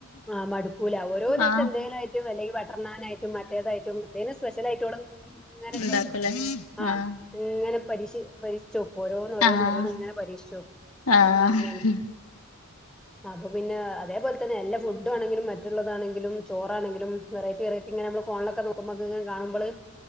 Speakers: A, in the centre; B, on the left.
A: ആഹ മടുക്കൂല ഓരോ ദിവ്സം
B: ആഹ്
A: എന്തേ യിട്ടും ല്ലെങ്കി ബട്ടർ നായിട്ടും മറ്റേതായിട്ടും സ്പെഷ്യലായിട്ട് ഓള് ങ്ങനക്
B: ഉണ്ടാക്കൂലേ
A: ആഹ
B: ആഹ്
A: ഇങ്ങനെ പരീഷി പരിക്ഷിച്ച് ഓക്കും ഓരോന്ന് ഓരോന്ന്
B: ആഹ്
A: ഓരോന്ന് ഇങ്ങനെ പരീക്ഷച് നോക്കും
B: ആഹ്
A: ഓള് അങ്ങനെയാണ് അപ്പൊ പിന്നെ അതേപോലെ തന്നെ എല്ല ഫുഡ് ഡ് വേണെങ്കിലും മറ്റുള്ളതാണെങ്കിലും ചോറാണെങ്കിലും വെറൈറ്റി വെറൈറ്റി ങ്ങനെ അമ്മള് ഫോണിലക്കെ നോക്കുമ്പത് കാണുമ്പള്